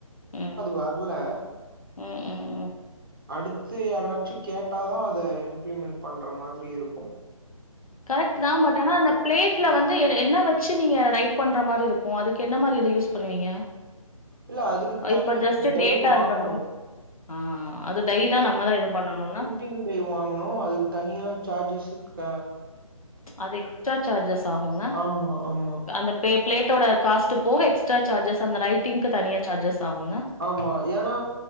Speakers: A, on the left; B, on the right.
A: ம்
B: வர்ல
A: ம் ம் ம்
B: அடுத்து யாராச்சு கேட்டாதா அத இம்ப்ளிமெண்ட் பண்ற மாதிரி இருக்கு
A: கரெக்ட்டு தா பட் ஆனா அந்த ப்ளேட்ல வந்து எ என்ன வெச்சு நீங்க ரைட் பண்ற மாரி இருக்கு அதுக்கு என்ன மாரி இத யூஸ் பண்ணுவீங்க
B: இல்ல அதுக்கு தனியாவே
A: இப்ப ஜஸ்ட்டு
B: டை
A: டேட்டா
B: வாங்கணும்.
A: இருக்கட்டு ஆ அது டை தா நம்மதா இது பண்ணனுன்னா
B: ட்வின் டை வாங்கணு அதுக்கு தனியா சார்ஜஸு க
A: அது எக்ஸ்ட்ரா சார்ஜஸ் ஆகுன்ன
B: ஆமா, ஆமா,
A: அந்த பே ப்ளேட்டோட காஸ்ட்டு போக எக்ஸ்ட்ரா சார்ஜஸ் அந்த ரைட்டிங்க்கு தனியா சார்ஜஸ் ஆகுன்ன
B: ஆமா ஏனா